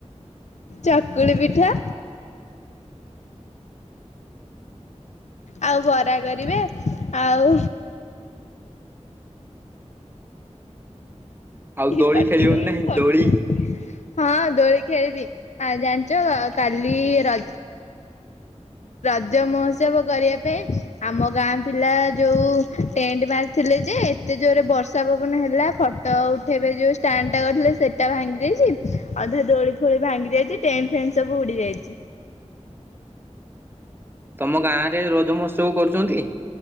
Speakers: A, on the left; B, on the right.
A: ଚକୁଳି ପିଠା? ଆଉ ବରା କରିବେ ଆଉ
B: ଆଉ ଦୋଳି
A: ପାଟି
B: ଖେଳିବନି
A: କରୁନି
B: ନାଁ
A: ପାଟି
B: ଦୋଳି।
A: ହଁ ଦୋଳି ଖେଳିବି ଆ ଜାଣିଚ କାଲି ର ରଜ ମହୋତ୍ସବ କରିବା ପାଇଁ ଆମ ଗାଁ ପିଲା ଯେଉଁ ଟେଣ୍ଟ ମାର୍କ ଥିଲେ ଯେ ଏତେ ଜୋରେ ବର୍ଷା ପବନ ହେଲା ଫଟୋ ଉଠାଇବେ ଯେଉଁ ଷ୍ଟାଣ୍ଡଟା କରିଥିଲେ ସେଇଟା ଭାଙ୍ଗି ଜାଇଛି। ଅଧା ଦୋଳି ଫୋଳି ଭାଙ୍ଗି ଯାଇଛି ଟେଣ୍ଟ ଫେଣ୍ଟ ସବୁ ଉଡି ଯାଇଛି।
B: ତମ ଗାଁ ରେ ରଜମହୋତ୍ସବ କରୁଚନ୍ତି।